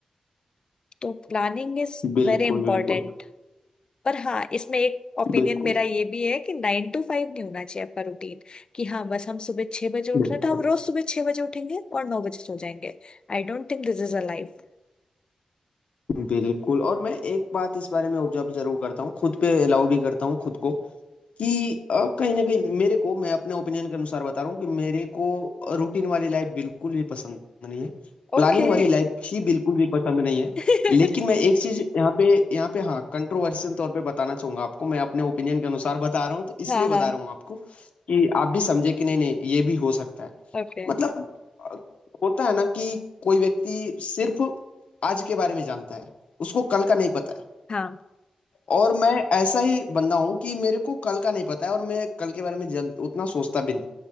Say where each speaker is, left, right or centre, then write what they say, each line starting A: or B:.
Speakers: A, on the left; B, on the left.
A: तो प्लानिंग इज
B: बिल्कुल
A: वेरी इंपॉर्टेंट
B: बिल्कुल
A: पर हाँ इसमें एक ओपिनियन
B: बिल्कुल
A: मेरा ये भी है कि नाइन टू फाइव नहीं होना चाहिए आपका रूटीन कि हाँ बस हम सुबह छह बजे उठ
B: बिल्कुल
A: रहे हैं तो हम रोज सुबह छह बजे उठेंगे और नौ बजे सो जाएंगे I don't think this is a life
B: बिल्कुल और मैं एक बात इस बारे में ऑब्जर्व जरूर करता हूँ खुद पे अलाउ भी करता हूँ खुद को कि अ, कहीं ना कहीं मेरे को मैं अपने ओपिनियन के अनुसार बता रहा हूँ कि मेरे को रूटीन वाली लाइफ बिल्कुल भी पसंद नहीं है प्लानिंग
A: Okay
B: वाली लाइफ ही बिल्कुल भी पसंद नहीं है
A: <laughs>
B: लेकिन मैं एक चीज यहाँ पे यहाँ पे हाँ कंट्रोवर्शियल तौर पे बताना चाहूंगा आपको मैं अपने ओपिनियन के अनुसार बता रहा हूँ तो इसलिए
A: हाँ हाँ
B: बता रहा हूँ आपको कि आप भी समझे कि नहीं नहीं ये भी हो सकता है
A: ओके
B: मतलब अ, होता है ना कि कोई व्यक्ति सिर्फ आज के बारे में जानता है उसको कल का नहीं पता है
A: हाँ
B: और मैं ऐसा ही बंदा हूँ कि मेरे को कल का नहीं पता है और मैं कल के बारे में जल्द उतना सोचता भी नहीं